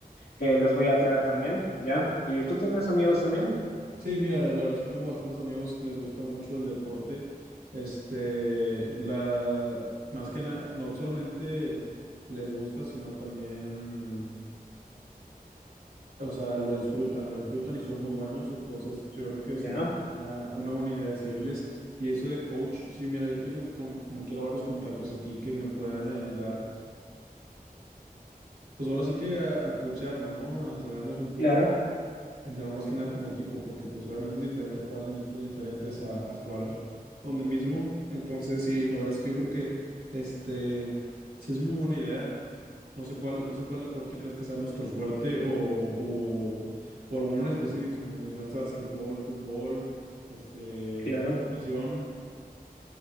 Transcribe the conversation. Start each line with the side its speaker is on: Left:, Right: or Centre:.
Left: que los voy a traer también, ¿ya? ¿Y tú tienes amigos también?
Right: Sí, mira, la verdad es que tengo bastantes amigos que les gusta mucho el deporte. Este, la, más que nada, no solamente les gusta, sino también, o sea, lo disfrutan, lo disfrutan y son muy buenos. Entonces, yo creo que
Left: Ya,
Right: sería una, una buena idea decirles. Y eso de coach, sí, mira, yo tengo como, como quiera varios contactos aquí que me puedan ayudar pues ahora sí que a, a coachearnos, ¿no? A entrenarnos un poco,
Left: claro,
Right: entrenar más que nada como equipo, porque pues obviamente es diferente jugar en equipos diferentes a, a jugar donde mismo. Entonces, sí, la verdad es que yo creo que este sí es muy buena idea. No sé cuál, no sé cuál deporte crees que sea nuestro fuerte o, o, o alguno en específico. Me mencionaste basquetbol, fútbol, este,
Left: claro.
Right: natación.